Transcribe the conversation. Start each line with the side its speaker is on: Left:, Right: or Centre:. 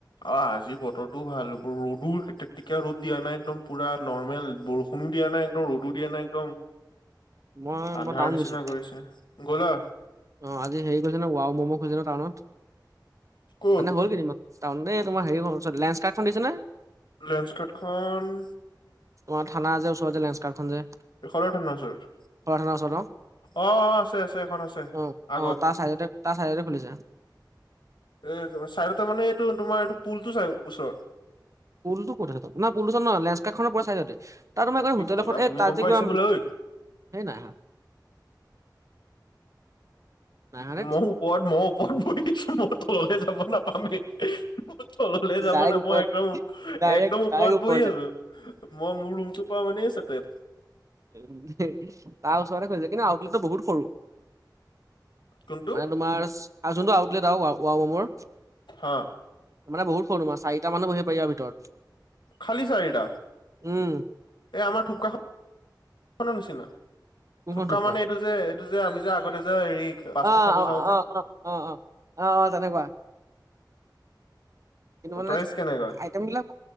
Left: অ আজি বতৰটোও ভাল ৰ'দো <unintelligible> ৰ'দ দিয়া নাই একদম পুৰা নৰ্মেল বৰষু বৰষুনো দিয়া নাই একদম ৰ'দো দিয়া নাই একদম।
Right: মই
Left: আন্ধাৰ
Right: মই টাউন
Left: নিচিনা
Right: গৈছিলো
Left: কৰিছে, গ'লা?
Right: অ' আজি হেৰি কৰিছে ন ৱাও ম'ম খছে ন টাউনত
Left: ক'ত
Right: মানে হ'ল কেইদিনমান। তাৰমানে তোমাৰ হৰিহল লেঞ্চকৰ্ডখন দেখিছ নে?
Left: লেঞ্চকাৰ্ডখন
Right: তোমাৰ থানা যে ওচৰত যে লেঞ্চকাৰ্ড খন যে।
Left: খদৰ ঠানাৰ ওচৰত?
Right: খ থানাৰ ওচৰৰ
Left: অ অ আছে আছে এখন আছে
Right: অ'
Left: আগত
Right: অ' তাৰ চাইতে তাৰ চাইডতে খুলিছে।
Left: এ চাইডতে মানে এইটো তোমাৰ এইটো পুলতটো চাই ওচৰত?
Right: পুলটো কত আছে এইটো? না পুলটো ওচৰত নহয় লেঞ্চকাৰ্ড খনৰ পোৰা চাইডতে। তাৰ তোমাৰ গৈ হোটেল
Left: কেলা
Right: এখন এই
Left: ভূমিকম্প
Right: তাত যে কিবা,
Left: আহিছে বোলে ঐ
Right: সেই নাই অহা। নাই অহা নে
Left: মই ওপৰত মই ওপৰত বহিছো মই তললে যাব নাপ। নাপামেই, মই তললে যাব
Right: ডাইৰেক্ট
Left: নাপাওঁ
Right: ওপৰত
Left: একদম
Right: ডাইৰেক্ট
Left: একদম ওপৰত
Right: ডাইৰেক্ট ওপৰলে
Left: বহি আছো। মই মোৰ ৰুমতোপা মানে চাতেপ।
Right: উ তাৰ ওচৰতে কৈছিলোঁ, কিন্তু আটলেতো বহুত সৰু।
Left: কোনটো
Right: মানে তোমাৰ আ যোনটো আউটলেট আৰু ৱাও ম'মৰ।
Left: হা।
Right: মানে বহু সৰু চাৰিটা মানুহ বহিব পাৰি আও ভিতৰত।
Left: খালী চাৰিটা?
Right: উম
Left: এই আমাৰ থুপকা নিচিনা
Right: কোনখন
Left: থুপকা
Right: থোপকা
Left: মানে এইটো যে এইটো যে আমি যে আগতে যে হেৰি পাস্তা
Right: অ অ
Left: খাব যাও যে।
Right: অ অ অ' অ' অ' অ' তেনেকুৱা। কিন্তু মানে
Left: প্ৰাইচ
Right: আই
Left: কেনেকুৱা
Right: আইটেম বিলাক